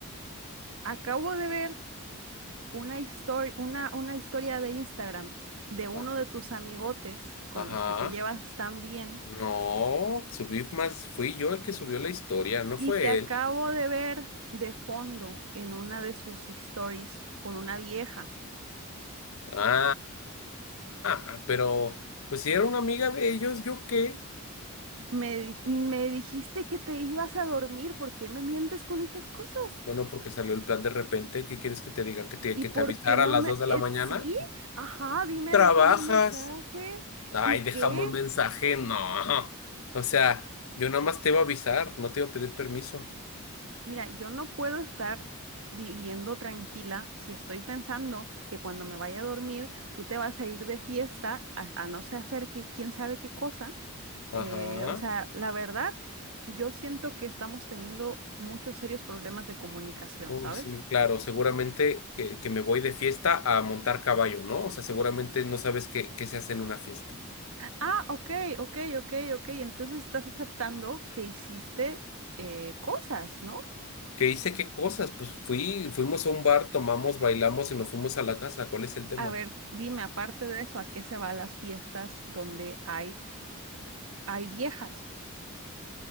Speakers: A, on the right; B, on the left.
A: Acabo de ver una historia, una, una historia de Instagram de uno
B: Ah,
A: de tus amigotes con
B: Ajá.
A: los que te llevas tan bien
B: No, subí más, fui yo el que subió la historia, no
A: y
B: fue
A: te acabo
B: él.
A: de ver de fondo en una de sus stories con una vieja.
B: Ah, ah, pero pues si era una amiga de ellos, ¿yo qué?
A: Me, di- me dijiste que te ibas a dormir, ¿por qué me mientes con esas cosas?
B: Bueno, porque salió el plan de repente, ¿qué quieres que te diga? ¿Que te,
A: ¿Y
B: que
A: por
B: te avisara
A: qué no
B: a las
A: me...
B: 2 de
A: eh,
B: la mañana?
A: sí, ajá, dime,
B: ¿Trabajas?
A: déjame un mensaje.
B: Ay,
A: ¿Y qué?
B: dejamos mensaje, no. O sea, yo nada más te iba a avisar, no te iba a pedir permiso.
A: Mira, yo no puedo estar viviendo tranquila si estoy pensando que cuando me vaya a dormir tú te vas a ir de fiesta a, a no sé hacer que quién sabe qué cosa.
B: Ajá.
A: Eh, o sea, la verdad, yo siento que estamos teniendo muchos serios problemas de comunicación,
B: Uy,
A: ¿sabes?
B: sí, claro, seguramente que, que me voy de fiesta a montar caballo, ¿no? O sea, seguramente no sabes qué, qué se hace en una fiesta.
A: Ah, ok, ok, ok, ok. Entonces estás aceptando que hiciste eh, cosas, ¿no?
B: que hice qué cosas, pues fui, fuimos a un bar, tomamos, bailamos y nos fuimos a la casa. ¿Cuál es el tema?
A: A ver, dime, aparte de eso, ¿a qué se van las fiestas donde hay, hay viejas?